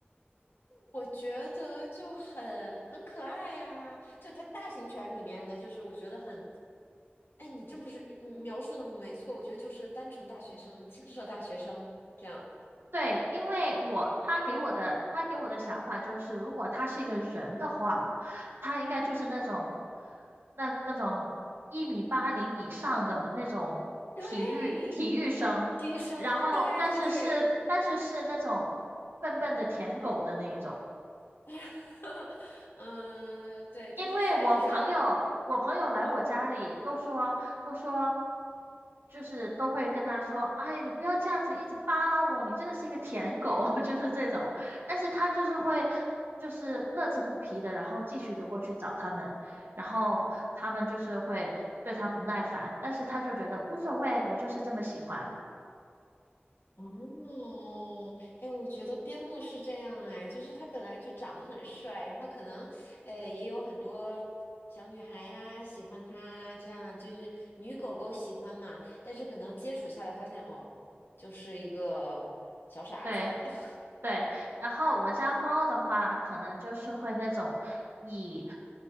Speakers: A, on the left; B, on the right.
A: 我觉得就很很可爱呀、就它大型犬里面的，就是我觉得很，哎，你真不是你描述的没错，我觉得就是单纯大学生、青涩大学生这样，
B: 对，因为我他给我的他给我的想法就是，如果他是一个人的话，他应该就是那种那那种一米八零以上的那种体育体育生，
A: 对，低声，
B: 然后但是是但是是那种笨笨的舔狗的那一种。
A: 对对对，<laughs> 嗯对，就是帅是帅，
B: 因为我朋友，我朋友来我家里都说，
A: 嗯。
B: 都说，就是都会跟他说，哎，你不要这样子一直扒拉我，你真的是一个舔狗，<laughs> 就是这种。但是他就是会，就是乐此不疲的，然后继续的过去找他们，然后他们就是会对他不耐烦，但是他就觉得无所谓，我就是这么喜欢。
A: 哦，哎，我觉得边牧是这样哎，就是他本来就长得很帅，然后可能，呃，也有很多小女孩呀喜欢他，这样就是女狗狗喜欢嘛，但是可能接触下来发现，哦，就是一个小傻子，
B: 对，
A: <laughs>
B: 对，然后我家猫的话，可能就是会那种以